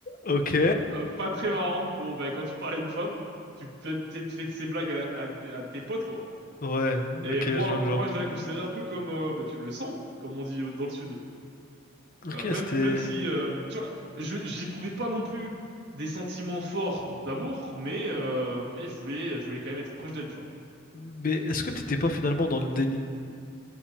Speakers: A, on the left (about 45°); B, on the right (about 60°).
A: Ok.
B: euh, pas très marrantes pour bah, quand tu parles à une femme, tu peux peut-être fait ces blagues à, à, à tes potes, quoi.
A: Ouais,
B: Et
A: ok,
B: moi,
A: je vois le
B: moi,
A: genre.
B: je l'avais considéré un peu comme euh, bah, tu- le sang, comme on dit euh, dans le sud.
A: Ok,
B: Euh, même,
A: c'était...
B: même si, euh, tu vois, je, j'éprouvais pas non plus des sentiments forts d'amour, mais, euh, mais je voulais, je voulais quand même être proche d'elle, tu vois.
A: Mais est-ce que t'étais pas finalement dans le déni?